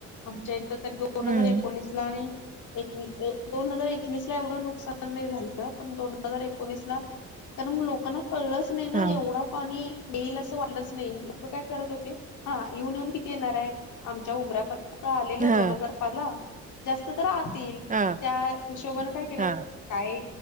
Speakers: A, on the left; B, on the right.
A: आमच्या इथं त दोन
B: हम्म.
A: हजार एकोणीस ला आणि एक दोन हजार एकवीस ला एवढं नुकसान नाही झालं पण दोन हजार एकोणीस ला कारण लोकांना कळलंच नाही ना
B: हा.
A: एवढं पाणी येईल असं वाट आलेस नाय लोक काय करत होते हा येऊन येऊन किती येणार हाय आमच्या उमऱ्यापर्यंत आलेलं
B: हा.
A: दोन हजार पाला जास्त तर आतील त्या
B: हा.
A: हिशोबानें काय केले
B: हा.
A: काय